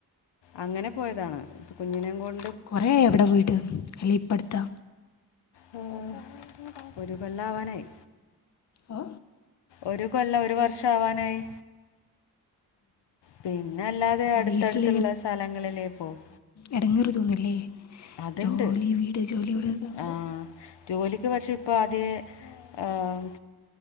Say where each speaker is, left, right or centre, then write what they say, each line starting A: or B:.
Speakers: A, on the left (about 75°); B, on the left (about 40°).
A: അങ്ങനെ പോയതാണ്. ഇപ്പൊ കുഞ്ഞിനെയും കൊൺ
B: കൊറെയായാ അവിടെ പോയിട്ട്, അല്ലെ ഇപ്പടുത്താ?
A: മ്മ് ഒരു കൊല്ലാവാനായി.
B: ഓ
A: ഒരു കൊല്ലം ഒരു വർഷാവാനായി. പിന്നെ അല്ലാതെ
B: അപ്പോൾ
A: അട്ത്തട്ത്ത്ള്ള
B: വീട്ടിൽ
A: സ്ഥലങ്ങളിലേ പോവൂ.
B: എടങ്ങേറ് തോന്നില്ലേ?
A: അത്ണ്ട്.
B: ജോലി വീട് ജോലി വീട് ആകുമ്പോൾ
A: ആ. ജോലി എൻക്ക് പക്ഷേ ഇപ്പാദ്യേ ഈഹ്